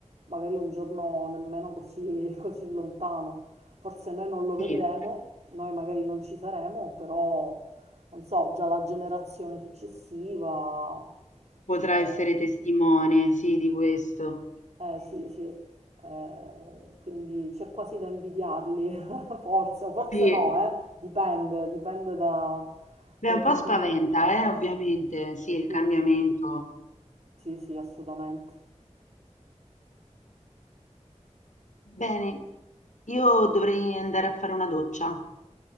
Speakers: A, on the right; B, on the left.
A: magari un giorno nemmeno così, <laughs> così lontano. Forse noi non lo vedremo,
B: sì,
A: noi magari non ci saremo, però non so, già la generazione successiva...
B: potrà
A: eh,
B: essere testimone, sì, di questo.
A: eh sì, sì, Eh, quindi c'è quasi da invidiarli, <laughs> forse, o forse
B: Sì,
A: no, eh. Dipende, dipende da- dai
B: beh, un
A: punti
B: po' spaventa,
A: di vista.
B: eh, ovviamente, sì, il
A: Sì,
B: cambiamento.
A: sì, sì, assolutamente.
B: Bene, io dovrei andare a fare una doccia.